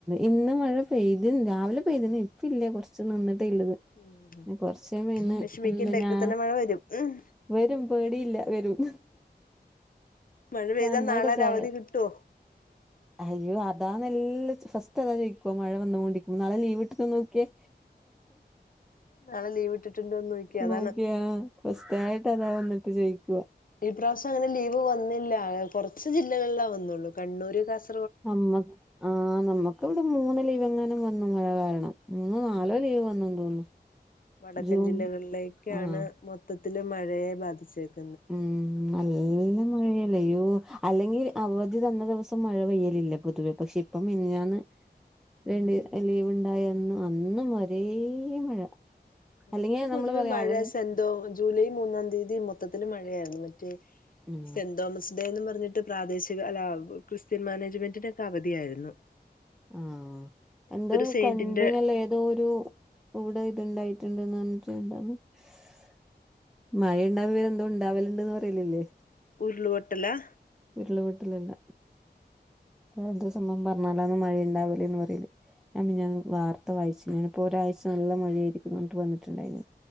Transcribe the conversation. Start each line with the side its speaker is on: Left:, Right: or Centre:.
Centre: ഇന്ന് മഴ പെയ്തിന് രാവിലെ പെയ്തിന് ഇപ്പ ഇല്ല കുറച്ച്ന് ള്ളത്
Left: ഉം
Centre: കൊറച്ച് <inaudible>
Left: വിഷമിക്കണ്ട
Centre: ന്ത് ഞാ
Left: ഇപ്പ തന്നെ മഴ വരും ഉം
Centre: വരും പേടിയില്ല വരും
Left: മഴപെയ്താൽ
Centre: വന്നോട്ടെ
Left: നാളരവധികിട്ടൊ
Centre: ചേ അയ്യോ അതാ നല്ല ഫസ്റ്റ് അതാ ജോയി ക്കു മഴവന്നോണ്ടിരിക്കു നാളെ ലീവ്ട്ട്ന്നോക്കിയേ
Left: നാളെ ലീവ് ഇട്ടിട്ടുണ്ടോന്ന് നോക്കിയ അതാണ്
Centre: നോക്യാ ഫസ്റ്റ് ആയിട്ട് അതാ വന്നിട്ട് ചോയിക്കുവാ
Left: ഇപ്രാവശ്യം അങ്ങനെലീവ് വന്നില്ല കൊർച്ച് ജില്ലകളിലാ വന്നുള്ളൂ കണ്ണൂര്, കാസ
Centre: നമ്മ ആ നമ്മക്ക് ഇവടെ മൂന്ന് ലിവങ്ങനും വന്നു മഴകാരണം. മൂന്നോ നാലോ
Left: ഉം
Centre: ലീവ് വന്നന്നു തോന്നുന്നു
Left: വടക്കൻ
Centre: ജൂൺ
Left: ജില്ലകളിലേക്കാണ്
Centre: ആഹ്
Left: മൊത്തത്തില് മഴയെ ബാധിച്ചത്
Centre: ഉം നല്ല മഴേണ്
Left: ഉം
Centre: അയ്യോ അല്ലെങ്കിൽ അവധി തന്ന ദിവസം മഴ പെയ്യലില്ല പൊതുവേ പക്ഷെ ഇപ്പം മിഞ്ഞാന്
Left: ഉം
Centre: രണ്ട് ലീവ്ണ്ടായ്ര്ന്നു അന്നുംഒരേ മഴ അല്ലെങ്കി
Left: അന്ന് പൊതുവേ
Centre: നമ്മള് പറയാ
Left: മഴ
Centre: അവധി
Left: സൻ <unintelligible> ജൂലൈ മൂന്നാം തീയതി മൊത്തത്തില് മഴയായിരുന്നു മറ്റേ
Centre: ആഹ്
Left: സെന്തോമസ് തെന്നുംപറഞ്ഞിട്ട് പ്രാദേശികഅല്ല ക്രിസ്ത്യൻമാനേജ്മെന്റിനൊക്കെ അവധിയാരുന്നു
Centre: ആഹ് എന്തോ
Left: സെയിന്റിന്റെ
Centre: കണ്ടിനല്ല ഏതോരു ഔടെ ഇത്ണ്ടായിട്ടുണ്ട്ന്ന് <unintelligible> മഴയുണ്ടവെഎന്തോ ഉണ്ടാവലുണ്ടന്ന് പറയിലില്ലേ
Left: ഉരുള്പൊട്ടല
Centre: ഉരുള് പൊട്ടലല്ല അത്സംഭവം പറഞ്ഞാലന്ന്മഴയുണ്ടാവലേന്ന്പറയല് ഞാൻ മിഞ്ഞാന്ന് വാർത്ത വായിച്ചു പ്പോ ഒരാഴ്ച നല്ല മഴയായിരിക്കുംന് വന്നിട്ടുണ്ടായിരുന്നു